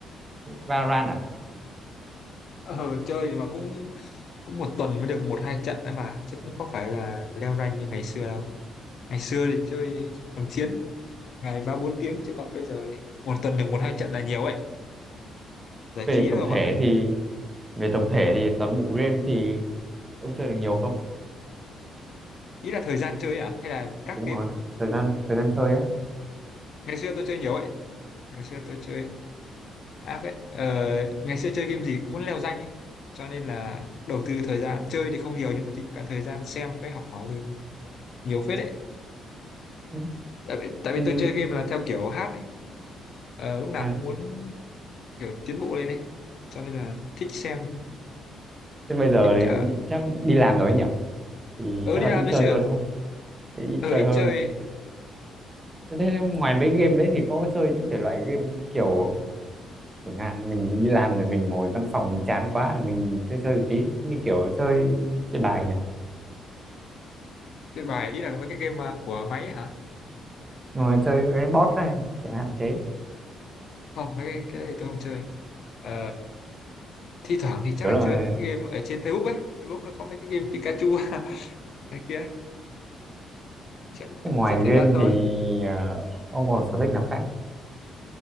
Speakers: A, on the right; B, on the left.
A: Valorant à
B: Ờ, chơi mà cũng cũng một tuần mới được một hai trận ấy mà, chứ cũng có phải là leo rank như ngày xưa đâu. Ngày xưa thì chơi còn chiến ngày ba bốn tiếng chứ còn bây giờ một tuần được một hai trận là nhiều ấy. Giải
A: về
B: trí thôi
A: tổng
B: không
A: thể
B: ạ?
A: thì về tổng thể thì toàn bộ game thì ông chơi được nhiều không
B: ý là thời gian chơi à hay là các
A: đúng
B: game
A: rồi thời gian thời gian chơi á
B: ngày xưa tôi chơi nhiều ấy ngày xưa tôi chơi à vậy ờ, ngày xưa chơi game gì cũng muốn leo danh ấy cho nên là đầu tư thời gian chơi thì không nhiều nhưng mà tính cả thời gian xem với học hỏi thì nhiều phết đấy
A: Ừ.
B: tại vì,
A: Ừ,
B: tại vì tôi chơi game là theo kiểu hát ấy Ờ, lúc nào
A: à,
B: cũng muốn kiểu tiến bộ lên ấy cho nên là thích xem
A: thế bây giờ
B: thích
A: đấy
B: ờ
A: đi, chắc đi làm rồi ấy nhỉ thì
B: ờ,
A: chắc
B: đi
A: là
B: làm
A: ít
B: đấy
A: chơi
B: chứ
A: hơn đúng không thế ít
B: ờ
A: chơi
B: ít
A: hơn
B: chơi
A: thế ngoài
B: ít
A: mấy game đấy thì có chơi những thể loại game kiểu chẳng hạn mình đi làm thì mình ngồi văn phòng mình chán quá mình chơi chơi một tí như kiểu chơi chơi bài này
B: chơi bài ý là mấy cái game mà của máy ấy hả
A: ngồi chơi cái bot này chẳng hạn thế
B: không mấy cái, cái này tôi không chơi Ờ, thi thoảng thì chắc
A: kiểu
B: là
A: là
B: chơi mấy cái game ở trên Facebook ấy Facebook nó có mấy cái game Pikachu <laughs> này kia ấy. Chắc
A: thế ngoài
B: giết thời
A: game
B: gian thôi
A: thì à, ông còn sở thích nào khác